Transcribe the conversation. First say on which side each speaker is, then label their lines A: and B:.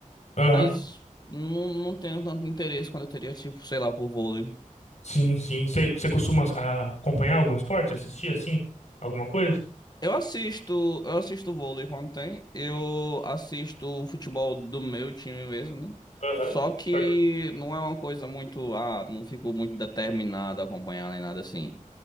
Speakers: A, on the left; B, on the left.
A: aham.
B: Mas não, não tenho tanto interesse quando eu teria, tipo, sei lá, por vôlei.
A: Sim, sim. Você você costuma ah, acompanhar algum esporte? Assistir, assim? Alguma coisa?
B: Eu assisto, eu assisto vôlei quando tem, eu assisto o futebol do meu time mesmo, né?
A: Aham.
B: Só que
A: Torce-
B: não é uma coisa muito, ah, não fico muito determinado a acompanhar nem nada assim.